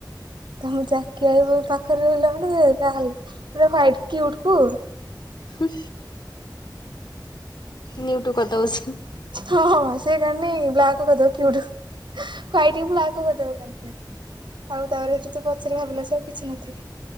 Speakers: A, on the right; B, on the left.
A: ତମ ଚାକି ଭାଇ ବ ପାଖରେ ରହିଲା ମାନେ ସେ ତାହେଲେ ପୁରା ହ୍ବାଇଟ କ୍ୟୁଟକୁ।
B: ହୁଁ। ନିଉଟୁ କରିଦବ ସେ।
A: ହଁ ହଁ ସେ କଣ ନି ବ୍ଲାକ୍ କରିଦବ କ୍ୟୁଟୁ ହ୍ୱାଇଟ କୁ ବ୍ଲାକ୍ କରିଦବ କା ରେ ଆଉ ତାପରେ ତୁ ତୁ ପଛରେ ଭାବିଲା ସେ ଆଉ କିଛି ନଥିବ।